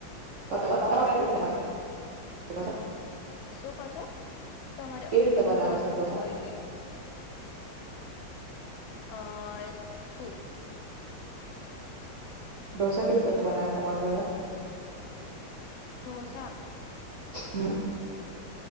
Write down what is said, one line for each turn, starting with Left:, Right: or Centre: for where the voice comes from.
Right: તો ચાલ ખારા માટે
Left: શું કજો તમાને
Right: કેવી રીતે બનાવે
Left: હજુ ક
Right: છે ઢોસા
Left: એક આ સુું
Right: ડોસા કેવ બનાય તમારે ઘરે
Left: ડોસા
Right: હમ